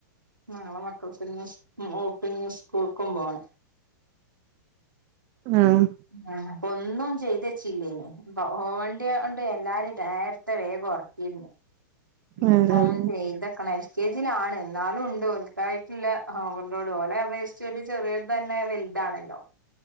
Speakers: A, on the right; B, on the right.
A: ഞങ്ങളെ മക്കൾ പിന്നെ <unintelligible> സ്കൂൾ <unintelligible>
B: ആഹ്
A: ആഹ് പൊ ഒന്നും ചെയ്ത് വെച്ചില്ലേനു. പോവണ്ടിയേം കൊണ്ട് എല്ലാരും നേരത്തെ വേഗം ഒറക്കിയിരുന്നു. <unintelligible>
B: ആഹ് ആഹ്
A: കെ. ജി. യിലാണ് എന്നാലും ഒണ്ട്. ഓൽക്കായിട്ടില്ല ഓവർലോഡ് ഓലെ അപേക്ഷിച്ച് ചെറിയത് തന്നെ വ ഇതാണല്ലോ.